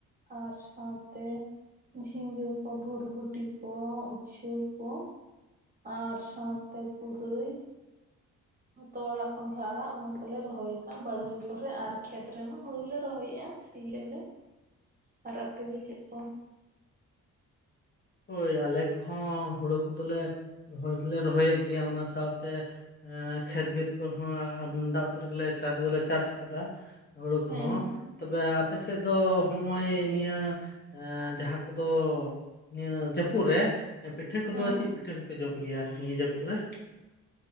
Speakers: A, on the right (about 25°); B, on the left (about 30°).
A: ᱟᱨ ᱥᱟᱶᱛᱮ ᱡᱷᱤᱸᱜᱟᱹ ᱠᱚ ᱵᱷᱩᱨᱵᱷᱩᱴᱤ ᱠᱚ ᱩᱪᱪᱷᱟᱹ ᱠᱚ ᱟᱨ ᱥᱟᱶᱛᱮ ᱯᱩᱨᱟᱹᱭ ᱦᱚᱛᱚᱜ ᱟᱲᱟᱜ ᱠᱚᱱᱰᱦᱟ ᱟᱲᱟᱜ ᱚᱱᱟ ᱠᱚᱞᱮ ᱨᱚᱦᱚᱭ ᱟᱠᱟᱜᱼᱟ᱾ᱵᱟᱲᱜᱮ ᱠᱚᱨᱮ ᱟᱨ ᱠᱷᱮᱛ ᱨᱮᱢᱟ ᱦᱩᱲᱩ ᱞᱮ ᱨᱚᱦᱚᱭᱮᱜᱼᱟ᱾ ᱥᱤ ᱭᱟᱞᱮ
B: <inaudible>
A: ᱟᱨ ᱟᱯᱮ ᱜᱮ ᱪᱮᱫ ᱠᱚ?
B: ᱦᱳᱭ ᱟᱞᱮ ᱠᱚᱦᱚᱸ ᱦᱩᱲᱩ ᱠᱚᱫᱚᱞᱮ ᱨᱚᱦᱚᱭ ᱫᱚᱞᱮ ᱨᱚᱦᱚᱭᱮᱫ ᱜᱮᱭᱟ ᱚᱱᱟ ᱥᱟᱶᱛᱮ ᱮᱸ ᱠᱷᱮᱛ ᱵᱟᱹᱫ ᱠᱚᱦᱚᱸ ᱟᱢᱫᱟ ᱩᱛᱟᱨ ᱜᱮᱞᱮ ᱪᱟᱥ ᱫᱚᱞᱮ ᱪᱟᱥ ᱟᱠᱟᱫᱟ᱾ ᱦᱩᱲᱩ ᱠᱚᱦᱚᱸ
A: ᱦᱮᱸ ᱦᱮᱸ
B: ᱛᱚᱵᱮ ᱟᱯᱮ ᱥᱮᱫ ᱫᱚ ᱦᱚᱜᱼᱚᱭ ᱱᱤᱭᱟᱹ ᱡᱟᱦᱟᱸ ᱠᱚᱫᱚ ᱱᱤᱭᱟᱹ ᱡᱟᱹᱯᱩᱫ ᱨᱮ ᱯᱤᱴᱷᱟᱹ ᱠᱚᱫᱚ
A: ᱦᱮᱸ
B: ᱪᱮᱫ ᱯᱤᱴᱷᱟᱹ ᱠᱚᱯᱮ ᱡᱚᱢ ᱜᱮᱭᱟ ᱱᱤᱭᱟᱹ ᱡᱟᱹᱯᱩᱫ ᱨᱮ